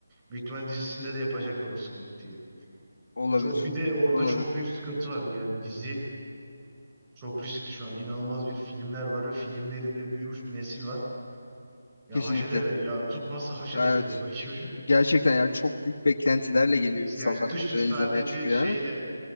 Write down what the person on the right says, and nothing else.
Büyük ihtimal dizisinde de yapacaklar o sıkıntıyı.
Çok, bir de orada
çok büyük sıkıntı var. Yani dizi çok riskli şu an. İnanılmaz bir filmler var ve filmleri bile büyümüş bir nesil var. Ya
haşede de ya tutmazsa haşet
ederler
o ekibi.
Ee,
Yani düşün
sadece
şeyle